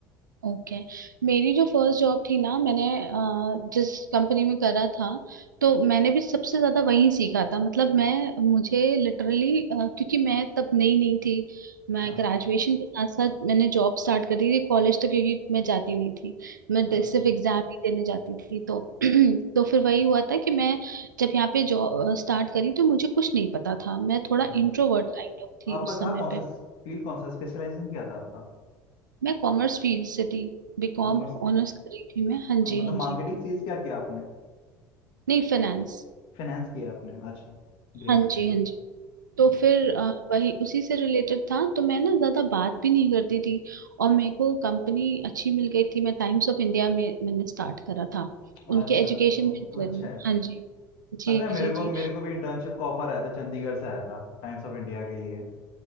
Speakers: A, on the right; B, on the left.
A: ओके मेरी जो फर्स्ट जॉब थी ना मैंने अ, जिस कंपनी में करा था तो मैंने भी सबसे ज्यादा वहीं सीखा था मतलब मैं मुझे लिटरली क्योंकि मैं तब नई नई थी मैं
B: हाँ
A: ग्रेजुएशन के साथ साथ मैंने जॉब स्टार्ट करी थी कॉलेज तो क्योंकि मैं जाती नहीं थी मैं
B: हाँ
A: ड- सिर्फ एग्जाम ही देने जाती थी तो <clears throat> तो फिर वही हुआ था कि मैं जब यहाँ पे जॉब स्टार्ट करी तो मुझे कुछ नहीं पता था मैं थोड़ा
B: जी
A: इंट्रोवर्ट काइंड ऑफ थी
B: आपका
A: उस समय
B: था कौन सा
A: पे
B: फील्ड कौन सा स्पेशलाइजेशन क्या था आपका
A: मैं कॉमर्स फील्ड से थी बीकॉम
B: कॉमर्स
A: ऑनर्स कर रही थी मैं हाँ
B: मतलब
A: जी हाँ
B: मार्केटिंग
A: जी
B: सीज क्या किया आपने
A: नहीं फाइनेंस
B: फाइनेंस किया आपने अच्छा ग्रेट
A: हाँ
B: ग्रेट
A: जी हाँ
B: ना
A: जी तो
B: हाँ,
A: फिर अ, वही उसी से रिलेटेड था तो मैं ना ज़्यादा बात भी नहीं करती थी और मेरे को कंपनी अच्छी मिल गई थी मैं टाइम्स ऑफ इंडिया में मैंने स्टार्ट करा था उनके
B: अच्छा
A: एजुकेशन
B: तो
A: वेंचर
B: वो तो अच्छा
A: में
B: है
A: हाँ जी जी
B: पता है मेरे
A: जी
B: को
A: जी
B: मेरे को भी इंटर्नशिप का ऑफर आया था चंडीगढ़ से आया था टाइम्स ऑफ इंडिया के लिए